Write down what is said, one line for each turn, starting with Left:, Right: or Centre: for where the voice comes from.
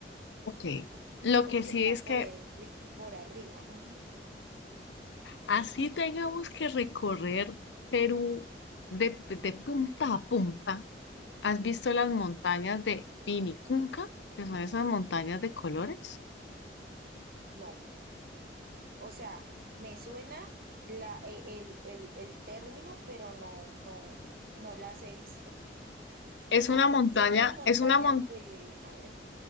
Left: Ok. Lo
Right: porque
Left: que sí
Right: está
Left: es que
Right: por, el ri- por arriba. Ujú.
Left: así tengamos que recorrer Perú de, de punta a punta. ¿Has visto las montañas de Pinicunca? Que son esas montañas de colores.
Right: No. O sea, me suena la, e- el, el, el término, pero no, no, no las he visto.
Left: Es
Right: O sea,
Left: una montaña,
Right: sé las montañas
Left: es una montaña.
Right: de, a ver,